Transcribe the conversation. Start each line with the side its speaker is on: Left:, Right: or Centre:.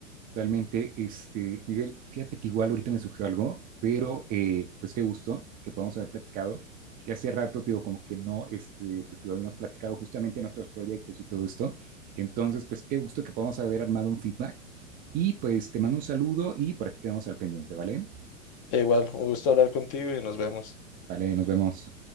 Right: Totalmente, este, Miguel, fíjate que igual ahorita me surgió algo, pero eh, pues qué gusto que podamos haber platicado. Ya hace rato, te digo, como que no, este, pues te digo, habíamos platicado justamente nuestros proyectos y todo esto. Entonces, pues qué gusto que podamos haber armado un feedback. Y pues te mando un saludo y por aquí quedamos al pendiente, ¿vale?
Left: E Igual, un gusto hablar contigo y nos vemos.
Right: Vale, nos vemos.